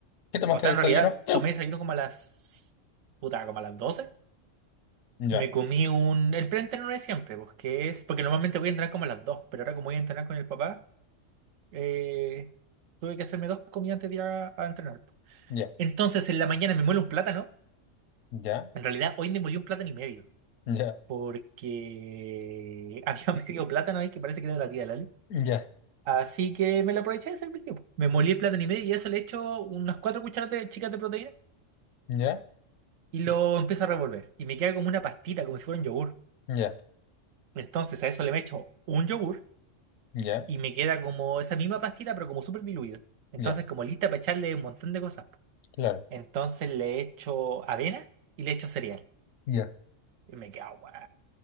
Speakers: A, on the left; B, on the right.
A: ¿Qué tomaste
B: O sea,
A: de desayuno?
B: en realidad tomé desayuno como a las... Puta, como a las 12.
A: Ya,
B: Me comí un... El preentreno de siempre, pues, que es... Porque normalmente voy a entrenar como a las dos pero ahora como voy a entrenar con el papá, eh, tuve que hacerme dos comidas antes de ir a, a entrenar.
A: ya,
B: Entonces, en la mañana me muele un plátano.
A: ya,
B: En realidad, hoy me molí un plátano y medio,
A: ya,
B: porque <laughs> había medio plátano ahí que parece que era de la tía Lali.
A: ya,
B: Así que me lo aproveché de servir. pues. Me molí el plátano y medio y a eso le echo unas cuatro cucharadas de- chicas de proteína
A: ya,
B: y lo empiezo a revolver. Y me queda como una pastita, como si fuera un yogur.
A: ya,
B: Entonces, a eso le echo un yogur
A: ya,
B: y me queda como esa misma pastita, pero como súper diluida. Entonces,
A: ya,
B: como lista para echarle un montón de cosas.
A: claro.
B: Entonces le echo avena y le echo cereal.
A: Ya.
B: Y me queda bueno.